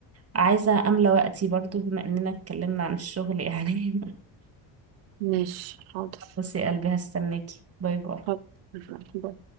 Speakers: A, on the right; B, on the right.
A: عايزه املى وقتي برضو بما اننا اتكلمنا عن الشغل يعني
B: ماشي حاضر
A: <laughs> بصي يا قلبي هستناكي باي باي
B: خلاص، باي.